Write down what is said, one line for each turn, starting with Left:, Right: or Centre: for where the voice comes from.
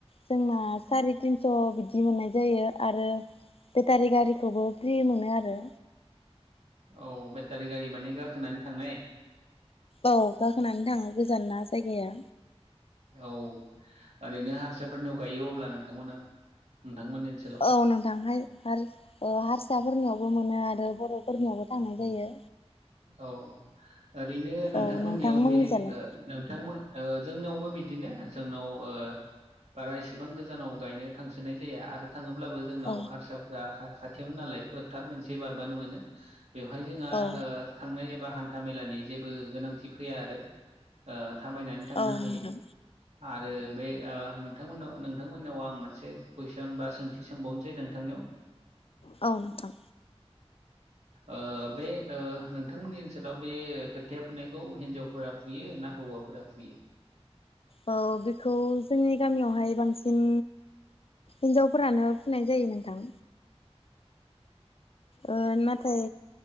Left: जोंना सारि तिनस' बिदि मोननाय जायो आरो बेटारि गारिखौबो फ्रि मोनो आरो
Right: औ बेटारि गारि माने गाखोनानै थांनाय
Left: औ गाखोनानै थाङो गोजान ना जायगाया
Right: औ ओरैनो हारसाफोरनियाव गायो अब्ला नोंथांमोना नोंथांमोननि ओनसोलाव
Left: औ नोंथां हाय हारसाफोरनियावबो मोनो आरो बर'फोरनियावबो थांनाय जायो
Right: औ ओरैनो नोंथांमोननियाव
Left: औ नोंथांमोननिजालाय
Right: बे ओ नोंथां जोंनावबो बिदिनो जोंनाव ओ बारा एसेबां गोजानाव गायनो थांसोनाय जाया आरो थाङोब्लाबो जोंनाव
Left: औ
Right: हारसाफ्रा खाथियावनो नालाय फोथार मोनसे बारबानो मोनो। बेवहाय जोंहा
Left: औ
Right: ओ थांनाय एबा हान्था मेलानि जेबो गोनांथि फैया आरो ओ थाबायनानै थांनो
Left: औ
Right: हायो
Left: नोंथां
Right: आरो बे नोंथांमोन ओ नोंथांमोननाव आं मोनसे मोनसे कुइसन बा सोंथि सोंबावनोसै नोंथांनियाव
Left: औ नोंथां
Right: ओ बे ओ नोंथांमोननि ओनसोलाव बे खोथिया फुनायखौ हिन्जावफोरा फुयो ना हौवाफोरा फुयो?
Left: औ बेखौ जोंनि गामियावहाय बांसिन हिनजाव फोरानो फुनाय जायो नोंथां ओ नाथाय